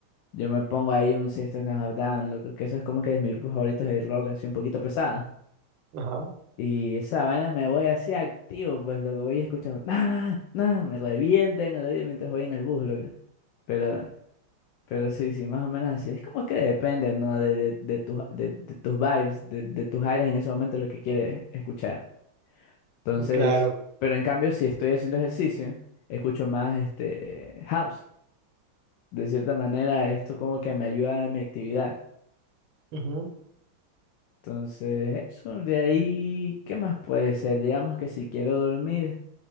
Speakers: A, on the left; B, on the right.
A: yo me pongo ahí un System of a Down, loco, que eso es como que es mi grupo favorito de rock, así un poquito pesado.
B: Ajá.
A: Y esa vaina me voy así activo, pues lo que voy escuchando, nada, nada, me revienten el oído mientras voy en el bus, loco. Pero Pero sí, sí, más o menos así. Es como que depende, ¿no? De, de, de, tus, de, de tus vibes, de, de tus aires en ese momento, lo que quieres escuchar. Entonces,
B: <laughs> Claro.
A: pero en cambio, si estoy haciendo ejercicio, escucho más este house. De cierta manera, esto como que me ayuda a mi actividad.
B: Ujú.
A: Entonces, eso de ahí, ¿qué más puede ser? Digamos que si quiero dormir